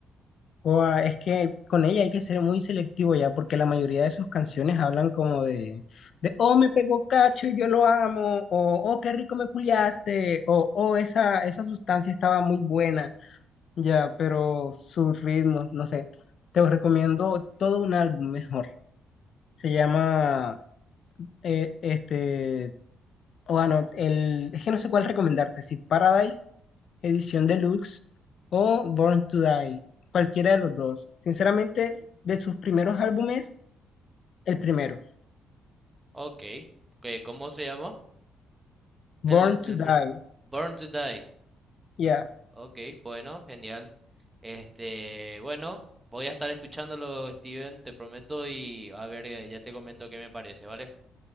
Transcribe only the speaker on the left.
O, ah, es que con ella hay que ser muy selectivo ya, porque la mayoría de sus canciones hablan como de, de oh, me pegó cacho y yo lo amo, o oh, qué rico me culiaste, o oh, esa, esa sustancia estaba muy buena. Ya, pero sus ritmos, no sé. Te recomiendo todo un álbum mejor. Se llama,
eh, este, o bueno, el, es que no sé cuál recomendarte, si Paradise, edición deluxe o Born to Die, cualquiera de los dos. Sinceramente, de sus primeros álbumes, el primero,
Born
to Die.
Ya,